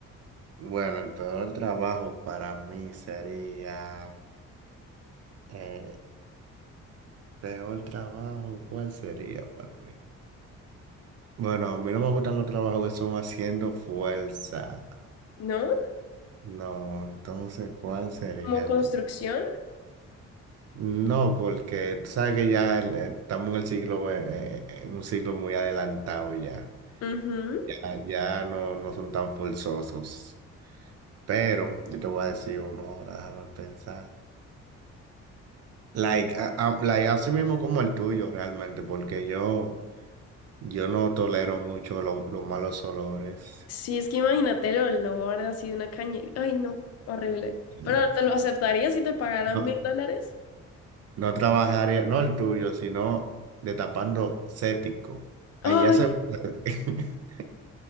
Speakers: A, on the right (about 55°); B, on the left (about 55°).
A: Bueno, el peor trabajo para mí sería... eh, ¿peor trabajo? ¿Cuál sería para mí? Bueno, a mí no me gustan los trabajos que son haciendo fuerza.
B: ¿No?
A: No, entonces, ¿cuál sería
B: Como
A: el
B: construcción.
A: peor? No, porque tú sabes que ya el- eh, estamos en el siglo, eh, eh, en un siglo muy adelantado ya.
B: Ujú.
A: Ya, ya no, no son tan forzosos. Pero yo te voy a decir uno ahora, déjame pensar. Like, a- a- like, así mismo como el tuyo realmente, porque yo, yo no tolero mucho lo- los malos olores.
B: Sí, es que imagínate el olor así de una cañería. Ay, no, horrible.
A: Y
B: Pero ¿te lo aceptarías si te pagaran
A: No,
B: mil dólares?
A: no trabajaría, no el tuyo, sino destapando cético. Allá
B: Ay,
A: se... <laughs>